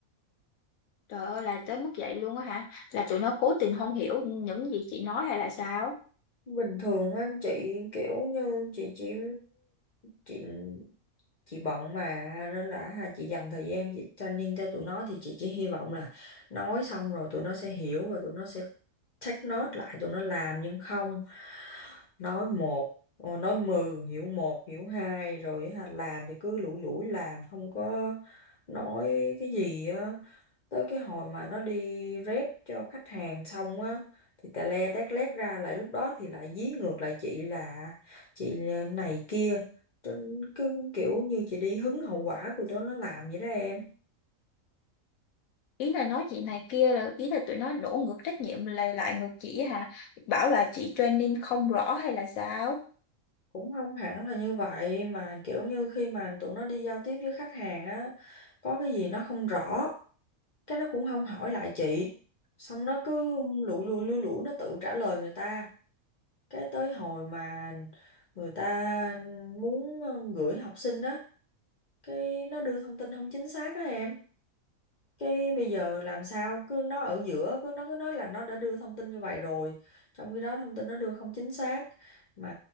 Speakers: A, on the left (about 75°); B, on the left (about 55°).
A: Trời ơi là tới mức vậy luôn á hả? Là tụi nó cố tình không hiểu những gì chị nói hay là sao?
B: Bình thường á, chị kiểu như chị chỉ, chị chị bận mà nên là ha, chị dành thời gian chị training cho tụi nó thì chị chỉ hy vọng là nói xong rồi tụi nó sẽ hiểu và tụi nó sẽ take note lại tụi nó làm nhưng không nói một ờ, nói mười hiểu một hiểu hai rồi ha, làm thì cứ lủi lủi làm không có nói cái gì á tới cái hồi mà nó đi rep cho khách hàng xong á thì tè le tét lét ra lại lúc đó thì lại dí ngược lại chị là chị này kia trên cứ kiểu như chị đi hứng hậu quả của tụi nó làm vậy đó em
A: ý là nói chị này kia là ý là tụi nó đổ ngược trách nhiệm lại lại ngược chị hả bảo là chị training không rõ hay là sao
B: cũng không hẳn là như vậy mà kiểu như khi mà tụi nó đi giao tiếp với khách hàng á có cái gì nó không rõ cái nó cũng không hỏi lại chị xong nó cứ lủi lủi lủi lủi nó tự trả lời người ta cái tới hồi mà người ta muốn ờ, gửi học sinh á cái nó đưa thông tin không chính xác á em cái bây giờ làm sao cứ nó ở giữa cứ nó cứ nói là nó đã đưa thông tin như vậy rồi trong khi đó thông tin nó đưa không chính xác mà